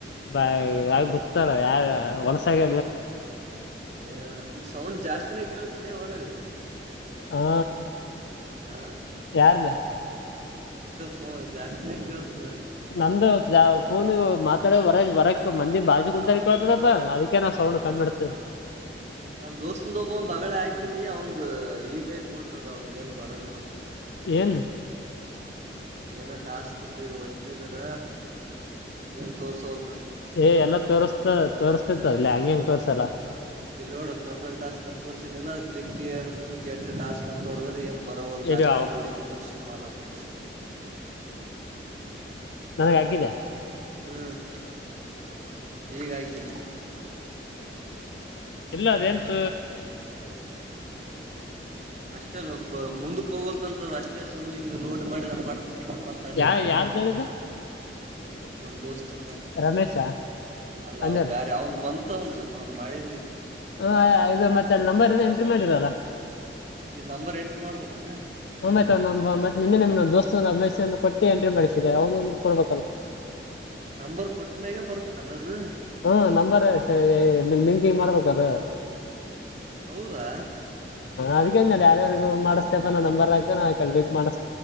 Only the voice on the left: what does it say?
ಬ ಯಾವ ಗೊತ್ತಾರ ಯಾರ ಹೊಲಸಾಗ
ಹಾ
ಯಾರದ
ನಂದು ಯಾವ ಫೋನು ಮಾತ್ರ ರ ವರಕ್ ಮಂದಿ ಬಾಜ ಕುಂತಾರೆ ಕಳ್ತದಪ್ಪಾ ಅದಕ್ಕೆೇ ನಾವವು ಸೌಣ್ಣ ಕಂಡ್ತೇ
ಏನ್
ಏಎಲ್ಲಾ ತೋರ್ಸ್ತ ತೋರ್ಸ್ತಿತ್ತದಲ ಹಂಗ ಹೆಂಗ ತೋರ್ಸಲ್ಲ
ಇದು
ನನ್ಗೆ ಹಾಗಿದ್ಯಾ
ಇಲ್ಲ ಅದ ಎಂತ
ಯಾ
ಯಾರ್ದು
ಹೇಳಿದ್ದು
ರಮೇಶ
ಅಂದರು
ಹ ಇದು ಮತ್ತೆ ಅ ನಂಬರ್ ಇಂದ ಎಂಟ್ರಿ ಮಾಡಿರಲ್ಲ
ಆ್ತ ಅವ್ ಮತ್ ನಿನ್ನೆ ನಿಮ್ ದೋಸ್ತ ಅಭ್ಯಸ ಕೊಟ್ಟ ಎಂಟ್ರಿ ಮಾಡಿಸಿದೆ ಅವದೊಕೊಡ್ಬೇಕಲ್ಲ <inaudible>
ಹ್ಮ ನಂಬರ್ ಲಿಂಕ್ ಮಾಡ್ಬೇಕದು
ಅದ್ನ್ ಯಾರ್ಯಾರ್ಗು ಮಾಡತಪ್ಪ ನಂಬರ್ ಆಗ್ತ ನಾ ಕಲ್ಕ್ ಮಾಡಿಸತ